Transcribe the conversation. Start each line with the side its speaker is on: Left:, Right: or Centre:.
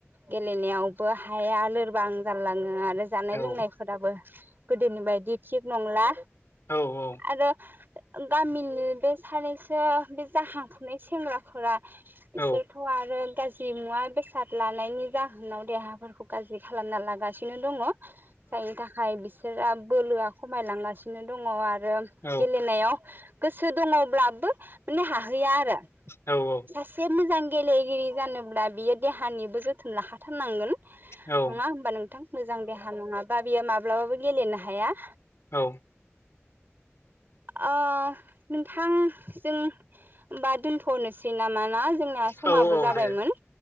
Right: गेलेनायावबो हाया लोरबां जाारलाङो आरो जानाय- लोंनायफोराबो
Left: औ औ
Right: गोदोनि बायदि थिग नंला।
Left: औ औ।
Right: आरो गामिनि बे सानैसो बे जाहांफुनाय सेंग्राफोरा बिसोरखौ
Left: औ
Right: आरो गाज्रि मुवा बेसाद लानायनि जाहोनाव देहाफोरखौ गाज्रि खालामना लागासिनो दङ। जायनि थाखाय बिसोरो बोलोआ खमायलांगासिनो दङ आरो
Left: औ
Right: गेलेनायाव गोसो दङब्लाबो माने हाहैया आरो।
Left: औ औ।
Right: सासे मोजां गेलेगिरि जानोब्ला बियो देहानिबो जोथोन लाखाथारनांगोन। नङा
Left: औ
Right: होमबा नोंथां? मोजां देहा नङाबा बियो माब्लाबाबो गेलेनो हाया।
Left: औ।
Right: ओ नोंथां जों होनबा दोनथ' <unintelligible> नामा ना जोंनाया समाबो
Left: औ औ
Right: जाबायमोन
Left: दे